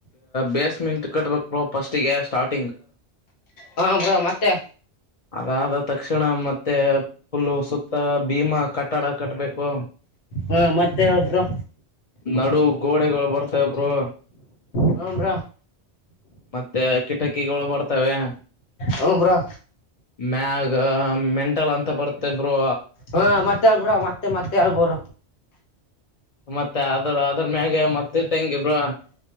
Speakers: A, on the left; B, on the left.
A: ಬೇಸ್ಮೆಂಟ್ ಕಟ್ಟಬೇಕಫಸ್ಟ್ಿಗೆ ಸ್ಟಾರ್ಟ್
B: ಹಾ ಬ್ರ ಮತ್ತೆ
A: ಅದಾದ ತಕ್ಷಣ ಮತ್ತೆ ಫುಲ್ಲ ಸುತ್ತ ಭೀಮಾ ಕಟ್ಟಡ ಕಟ್ಬೇಕು
B: ಹಾ ಮತ್ತೆ ಹೇಳಿ ಬ್ರೋ
A: ನಡು ಗೋಡೆಗಳು ಬರ್ತವೆ ಬ್ರೋ
B: ಹ್ಞೂ ಬ್ರೋ
A: ಮತ್ತೆ ಕಿಟಕಿಗಳು ಬರ್ತವೆ
B: ಹ್ಞೂ ಬ್ರೋ
A: ಮಗ ಮೆ ಹಟ ಅಂತ ಬರ್ತೇಬ್ರು
B: ಹಾ ಮತ್ತೆಲ್ಬ್ರ ಮತ್ತೆ ಮತ್ತೆ ಮತ್ತೆ ಅಳ್ಬೋರ
A: ಮತ್ತೆ ಆದ್ರ ಅದ್ರ ಮ್ಯಾಗ ಮತ್ತ ಇಟ್ಟ ಹೆಂಗ ಇಬ್ರ